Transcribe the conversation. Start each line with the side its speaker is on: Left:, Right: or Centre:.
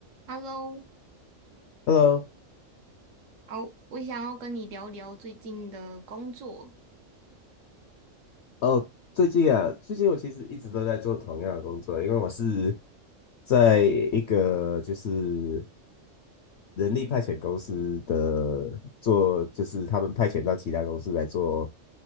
Right: Hello，
Left: Hello，
Right: 哦，我想要跟你聊聊最近的工作。
Left: 哦，最近啊，最近我其实一直都在做同样的工作，因为我是在一个就是人力派遣公司的做，就是他们派遣到其他公司来做